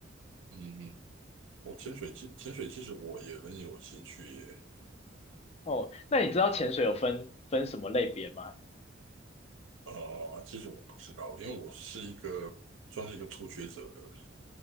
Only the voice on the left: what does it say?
哦，那你知道潜水有分分什么类别吗